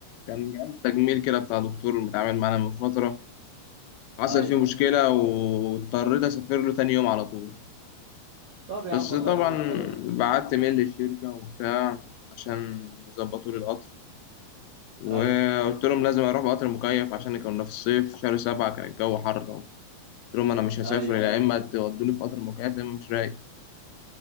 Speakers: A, on the left (about 80°); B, on the right (about 60°).
A: كان جهاز تجميل كده بتاع دكتور متعامل معانا من فتره حصل
B: أيوة
A: فيه مشكله واضطريت اسافر له تاني يوم على طول
B: طب
A: بس
B: يا عم الله
A: طبعا
B: يقويك حلو ده
A: بعت ميل للشركة وبتاع عشان يظبطوا لي القطر وقلت
B: أيوة
A: لهم لازم اروح بقطر مكيف عشان كنا في الصيف شهر سبعة كان الجو حر طبعا قلت لهم انا مش هسافر
B: أيوة
A: يا اما تودوني في قطر مكيف يا اما مش رايق